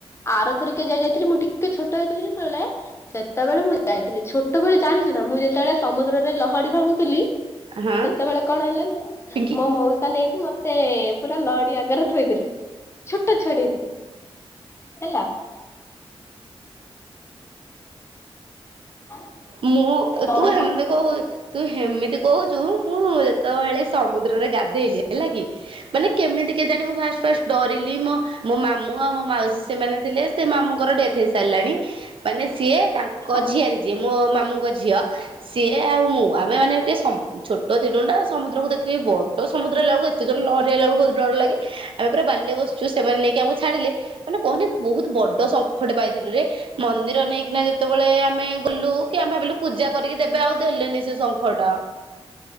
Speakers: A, on the left; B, on the right.
A: ଆର ଥରିକେ ଯାଇ ଯାଇଥିଲି ମୁଁ ଟିକେ ଛୋଟ ହେଇଥିଲି ଯେତେବେଳେ ସେତେବେଳେ ମୁଁ ଯାଇଥିଲି ଛୋଟବେଳେ ଜାଣିଚୁ ନା ମୁଁ ଯେତେବେଳେ ସମୁଦ୍ରରେ ଲହଡି ଭାଙ୍ଗୁଥିଲି?
B: ହଁ
A: ସେତେବେଳେ କଣ ହେଲା ନା
B: ପିଙ୍କି
A: ମୋ ମଉସା ନେଇକି ମୋତେ ପୁରା ଲହଡି ଆଗରେ ଥୋଇଦେଲେ ଛୋଟ ଛୁଆଟେ ହେଇଥିଲି ହେଲା। <inaudible>
B: ମୁଁ
A: ସେ ଲହରୀ
B: ତୁ ହେମ
A: ପାଖରେ
B: କ
A: ନେଇକି
B: <unintelligible> ତୁ ହେମିତି କହୁଚୁ ମୁଁ ଯେତେବେଳେ ସମୁଦ୍ରରେ ଗାଧେଇଲିି ହେଲା କି? ମାନେ କେମିତି କେଜାଣି ମୁଁ ଫାଷ୍ଟ ଫାଷ୍ଟ ଡ ରିଲି ମୋ ମାମୁଁ ଆଉ ମୋ ମାଉସୀ ସେମାନେ ଥିଲେ ସେ ମାମୁଁଙ୍କର ଡେଥ ହେଇ ସାରିଲାଣି। ମାନେ ସିଏ ତାଙ୍କ
A: ହଁ।
B: ଝିଆରୀ ଯିଏ ମୋ ମାମୁଁଙ୍କ ଝିଅ ସିଏ ଆଉ ମୁଁ ଆମେ ମାନେ ଟିକେ ସମ୍ ଛୋଟ ଥିଲୁ ନା ସମୁଦ୍ରକୁ ଦେଖିକି ବଡ ସମୁଦ୍ର ହେଲାବେଳକୁ ଏତେ ଯୋର ଲହରି ଆଇଲା ବେଳକୁ ବହୁତ ଡର ଲାଗେ। ଆମେ ପୁରା ବାଲିରେ ବସିଚୁ ସେମାନେ ନେଇକି ଆମକୁ ଛାଡିଲେ। ମାନେ କହନି ବହୁତ ବଡ ଶଙ୍ଖଟେ ପାଇଥିଲୁରେ ମନ୍ଦିର ନେଇକିନା ଯେତେବେଳେ ଆମେ ଗଲୁ କି ଆମେ ଭାବିଲୁ ପୂଜା କରିକି ଦେବେ ଆଉ ଦେଲେନି ସେ ଶଙ୍ଖଟା।